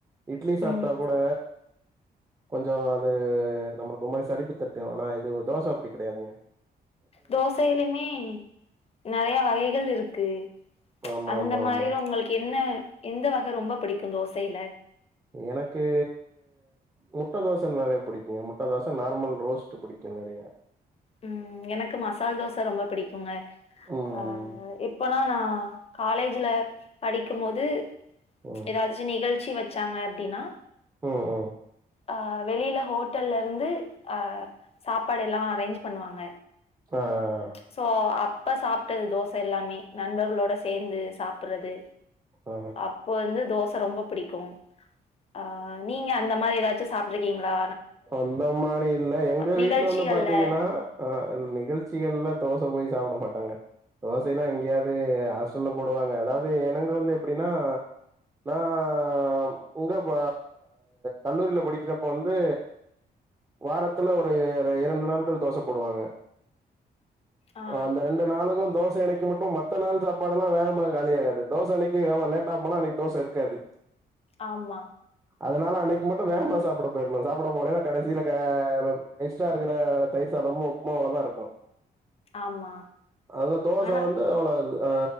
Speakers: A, on the right; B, on the left.
A: இட்லி சாப்ட்டா
B: ம்
A: கூட கொஞ்ச அது நம்ளுக் ஒரு மாரி சளிப்பு தட்டும் ஆனா இது தோச அப்டி கிடையாதுங்க
B: தோசை யிலுமே நெறைய வகைகள் இருக்கு
A: ஆமா
B: அந்த
A: ஆமா
B: மாரில
A: ஆமா
B: உங்களுக்கு என்ன எந்த வக ரொம்ப பிடிக்கும் தோசையில
A: எனக்கு முட்டை தோச நெறைய பிடிக்கும்ங்க முட்டை தோசை நார்மல் ரோஸ்ட் பிடிக்கும் நெறைய
B: ம் எனக்கு மசால் தோசை ரொம்ப பிடிக்குங்க
A: ம் ம்
B: அ இப்பனா நான் காலேஜ்ல படிக்கும் போது
A: ம்
B: ஏதாச்சும் நிகழ்ச்சி வச்சாங்க அப்டின்னா
A: ம் ம்
B: அ வெளியில ஹோட்டல்ல இருந்து அ சாப்பாடு எல்லா அரேஞ்ச் பண்ணுவாங்க
A: ஆ ஆ
B: சோ அப்ப சாப்ட்டது தோச எல்லாமே நண்பர்களோட சேந்து சாப்டுறது
A: ஆ
B: அப்போ இருந்து தோசை ரொம்ப பிடிக்கும் ஆ நீங்க அந்த மாரி ஏதாச்சு சாப்பிட்டுருக்கீங்களா
A: அந்த மாரி இல்ல எங்க
B: நிகழ்ச்சிகள்ல
A: வீட்ல வந்து பாத்தீங்கன்னா ஆ நிகழ்ச்சிகள்ல தோசை போய் சாப்ட மாட்டாங்க தோசை எல்லாம் எங்கேயாவது ஹாஸ்டல்ல போடுவாங்க அதாவது எனங்க வந்து எப்டின்னா நான் உங்க ப கல்லூரியில படிக்கிறப்ப வந்து வாரத்துல ஒரு இரண்டு நாட்கள் தோசை பொடுவாங்க
B: ஆ
A: அந்த ரெண் டு நாளும் தோசை அணைக்கு மட்டும் மத்த நாள் சாப்பாடுல்லா வேமாக காலிய ஆகாது தோச அன்னைக்கு லேட்டா ஃபோன் அன்னைக்கு தோசை இருக்காது
B: ஆமா
A: அதனால அன்னைக்கு மட்டும் வேகமா சாப்ட போயிறனு சாப்ட போலேன கடைசியில எக்ஸ்ட்ரா இருக்கிற தயிர் சாதமும் உப்புமாவ தான் இருக்கும்
B: ஆமா
A: அந்த தோசை
B: ஆனா
A: வந்து அவ்ளவு இது ஆ